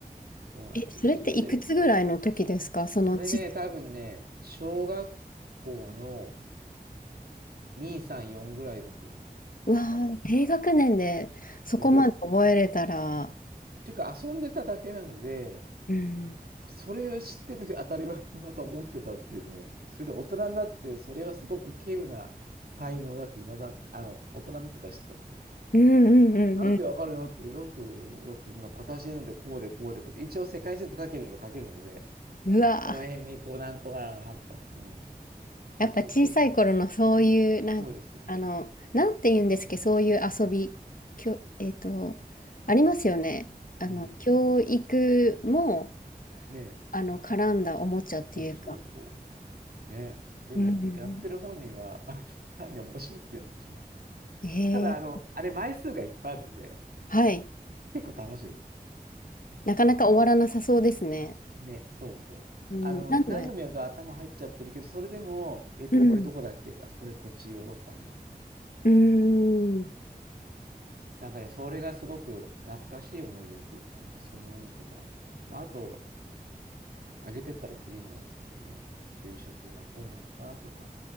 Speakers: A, on the right; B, on the left.
A: そうなんですよ。
B: え、それっていくつぐらいの時ですかその地図。
A: それで、それね、多分ね、小学校の、234ぐらいだと思う。
B: うわあ、
A: 多分。
B: 低学年でそこまで覚えれたら、
A: そうで、っていうか遊んでただけなので、
B: うん、
A: それを知ってて <laughs> 当たり前とまた思ってたっていうね。それで大人になって、それはすごく稀有な才能だって、未だ、あの、大人になってから知ったっていう。
B: うんうんうんうん。
A: なんでわかるのって、だって俺も、だってなんか形なんでこうでこうでこうで、一応世界地図書けるの書けるので、
B: うわー
A: この辺にこうなんとかがあった。うん。そうそうそう。
B: やっぱ小さい頃のそういう、なん、
A: そうです。
B: あの、なんて言うんですけど、そういう遊び、きょ、えっと、ありますよね。あの、
A: うん。
B: 教育も、
A: ね。
B: あの、絡んだおもちゃっていうか。
A: そうそうそう。ね。でも、
B: うんうんう
A: やってる本人は、<laughs> あ単に面白くてやってしまう。
B: ん。へえ、
A: ただ、あの、あれ枚数がいっぱいあるので、
B: はい。
A: 結構楽しいです。
B: なかなか終わらなさそうですね。
A: うん、ね、そうそう。
B: うん、
A: あの、
B: 何度や、
A: 何度もやると頭入っちゃってるけど、それでも、えっと、
B: うん、
A: これどこだっけとか、これこっちヨーロッパの方とかに
B: うん、
A: するんです。なんかね、それがすごく懐かしい思い出っていうと、なんかそんなのとか、まあ、あと、あげてったらきりないですけどね、給食がこうだったとか、